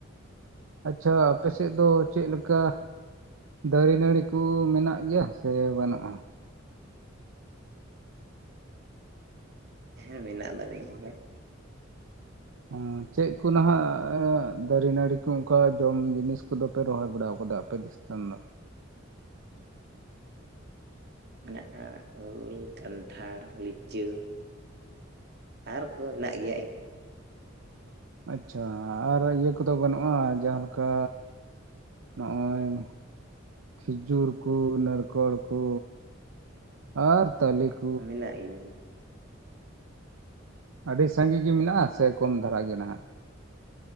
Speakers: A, on the right; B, on the right.
A: ᱟᱪᱪᱷᱟ ᱟᱯᱮᱥᱮᱫ ᱫᱚ ᱪᱮᱫ ᱞᱮᱠᱟ ᱫᱟᱨᱮ ᱱᱟᱹᱲᱤ ᱠᱚ ᱢᱮᱱᱟᱜ ᱜᱮᱭᱟ ᱥᱮ ᱵᱟᱹᱱᱩᱜ-ᱟ?
B: ᱦᱮᱸ, ᱢᱮᱱᱟᱜ ᱫᱚ, ᱢᱮᱱᱟᱜ ᱜᱮᱭᱟ
A: ᱮᱸᱻ ᱪᱮᱫ ᱠᱚ ᱱᱷᱟᱸᱜ, ᱟ- ᱟᱸᱻᱫᱟᱨᱤ ᱱᱟᱹᱲᱤ ᱠᱚ, ᱚᱱᱠᱟ ᱡᱚᱢ ᱡᱤᱱᱤᱥ ᱠᱚᱫᱚ, ᱯᱮ, ᱨᱚᱦᱚᱭ ᱵᱟᱲᱟ ᱟᱠᱟᱫᱟ, ᱟᱯᱮ ᱫᱚ ᱟᱥᱛᱟᱱ, ᱱᱚ
B: ᱢᱮᱱᱟᱜᱼᱟ, ᱩᱞ, ᱠᱟᱱᱴᱷᱟᱲ, ᱞᱤᱪᱩ ᱟᱨᱠᱚ, ᱦᱮᱱᱟᱜ ᱜᱮᱭᱟ ᱤᱧ
A: ᱟᱪᱪᱷᱟ ᱟᱨ ᱤᱭᱟᱹ ᱠᱚᱫᱚ ᱵᱟᱹᱱᱩᱜ-ᱟ ᱡᱟᱦᱟᱸᱞᱮᱠᱟ ᱱᱚᱜ-ᱚᱭ <unintelligible> ᱾ ᱠᱷᱤᱡᱩᱨ ᱠᱚ ᱱᱟᱲᱠᱳᱞ ᱠᱚ ᱟᱨ ᱛᱟᱞᱮ ᱠ
B: ᱢᱮᱱᱟᱜ ᱜᱤᱭᱟᱹᱧ᱾
A: ᱟᱹᱰᱤ ᱥᱟᱸᱜᱤ ᱜᱮ ᱢᱮᱱᱟᱜ-ᱟ ᱥᱮ ᱠᱚᱢ ᱫᱷᱟᱨᱟ ᱜᱮ ᱱᱟᱦᱟᱜ?